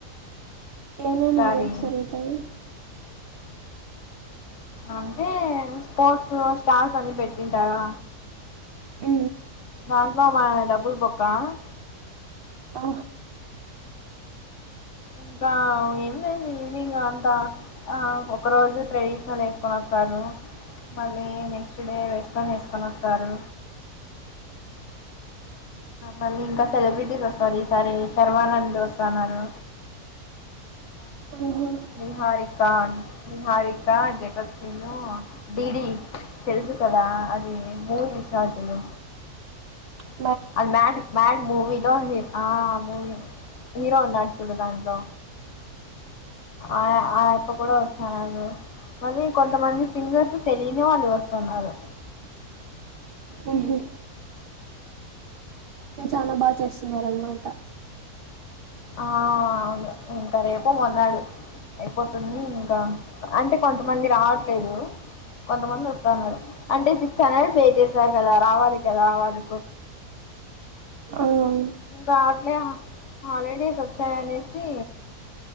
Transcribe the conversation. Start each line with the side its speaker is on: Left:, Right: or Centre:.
Right: ఏమేమి
Left: ఈసారి
Right: ఈవెంట్స్ జరుగుతాయి.
Left: అంటే స్పోర్ట్స్ స్టార్ల్స్ అన్ని పెట్టింటారా.
Right: ఉ
Left: దాంట్లో మన డబ్బులు బొక్క
Right: ఆ
Left: ఇంకా ఏమి లేదు. ఈవినింగ్ అంతా ఒక రోజు ట్రెడిషనల్ వేసుకుని వస్తారు. మళ్ళీ నెక్స్ట్ డే వెస్ట్న్ వేసుకొని వస్తారు. మళ్ళీ ఇంకా సెలబ్రిటీస్ వస్తారు. ఈ సారి శర్మానంద్ వ సన్న్నారు
Right: ఆహా
Left: నిహారికా నిహారికా గెట్ఫ్ సీను డిడి తెలుసు కదా అది. బోజసార్జలు
Right: అ
Left: అది బ్యాడ్ బ్యాడ్ మూవి. హర్ ఆ మూ హీరో ఉన్నాడు చూడు ధాంట్లో ఆ ఆ అప్ప కూడా సారు మనీ కొంతమంది సింగర్స్ తెలియని వాళ్ళు వస్తున్నారు.
Right: ఉహా జనా బస్ చేస్తున్నారనమాట.
Left: ఆ అవును ఇంకా రేపు, మొన్నాడు అయిపోతుంది. ఇంకా అంటే కొంతమంది రావ లేదు కొంతమంది వస్తారున్నారు, అంటే సిక్స్ హండ్రెడ్ పే చేసారు కదా. రావాలి కదా రావాలి
Right: ఆవు
Left: దాట్లే హాలిడేస్ వచ్చాయ అనేసి.